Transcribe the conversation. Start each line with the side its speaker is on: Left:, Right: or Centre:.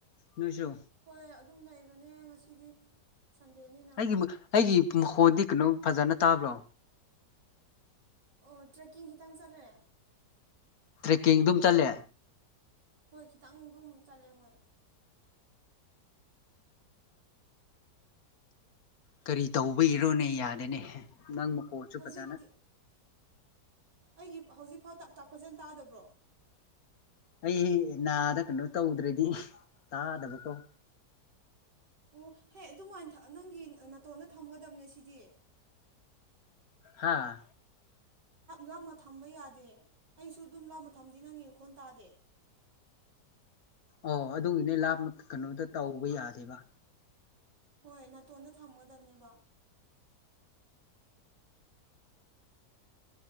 Left: ꯅꯣꯏꯁꯨ
Right: ꯍꯣꯏ ꯑꯗꯨꯝ ꯂꯩꯒꯅꯤ ꯉꯁꯤꯗꯤ ꯁꯟꯗꯦꯅꯤ
Left: ꯑꯩꯒꯤ ꯑꯩꯒꯤ ꯃꯈꯣꯟꯗꯤ ꯀꯩꯅꯣ ꯐꯖꯅ ꯇꯥꯕ꯭ꯔꯣ
Right: ꯑꯣ ꯇ꯭ꯔꯦꯛꯀꯤꯡ ꯈꯤꯇꯪ ꯆꯠꯂꯦ
Left: ꯇ꯭ꯔꯦꯛꯀꯤꯡ ꯑꯗꯨꯝ ꯆꯠꯂꯦ
Right: ꯍꯣꯏ ꯈꯤꯇꯪ ꯑꯗꯨꯝ ꯆꯠꯂꯦ ꯍꯣꯏ
Left: ꯀꯔꯤ ꯇꯧꯕ ꯏꯔꯣꯅꯦ ꯌꯥꯗꯦꯅꯦ ꯅꯪ ꯃꯈꯣꯟꯁꯨ
Right: ꯍꯧꯖꯤꯛꯇꯤ
Left: ꯐꯖꯅ
Right: ꯑꯩꯒꯤ ꯍꯧꯖꯤꯛꯐꯥꯗ <unintelligible> ꯐꯖꯅ ꯇꯥꯗꯕ꯭ꯔꯣ
Left: ꯑꯩ ꯅꯥꯗ ꯀꯩꯅꯣ ꯇꯧꯗ꯭ꯔꯦꯗꯤ ꯇꯥꯗꯕ ꯀꯧ
Right: ꯑꯣ ꯍꯦ ꯑꯗꯨꯃꯥꯏꯅ ꯅꯪꯒꯤ ꯅꯥꯇꯣꯟꯗ ꯊꯝꯒꯗꯕꯅꯦ ꯁꯤꯗꯤ
Left: ꯍꯥꯥ
Right: ꯂꯥꯝꯃ ꯊꯝꯕ ꯌꯥꯗꯦ ꯑꯩꯁꯨ ꯑꯗꯨꯝ ꯂꯥꯃ ꯊꯝꯗꯤ ꯅꯪꯉꯤ ꯈꯣꯟ ꯇꯥꯗꯦ
Left: ꯑꯣ ꯑꯗꯨꯒꯤꯅꯦ ꯂꯥꯞ ꯀꯩꯅꯣꯗ ꯇꯧꯕ ꯌꯥꯗꯦꯕ
Right: ꯍꯣꯏ ꯅꯥꯇꯣꯟꯗ ꯊꯝꯒꯗꯕꯅꯦꯕ